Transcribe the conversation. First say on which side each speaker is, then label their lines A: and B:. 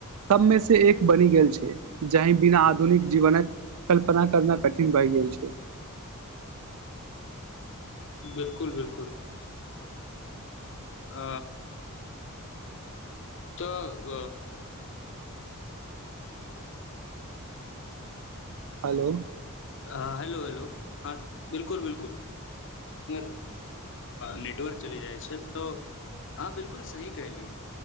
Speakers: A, on the right; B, on the left.
A: सबमे से एक बनि गेल छै जहि बिना आधुनिक जीवनक कल्पना करना कठिन भैय गेल छै
B: बिल्कुल बिल्कुल आ तऽ ग
A: हालौ
B: हँ हेलौ हेलौ हँ बिल्कुल बिल्कुल हँ नेटवर्क चलि जाइ छै तऽ हँ बिल्कुल सही कहलियै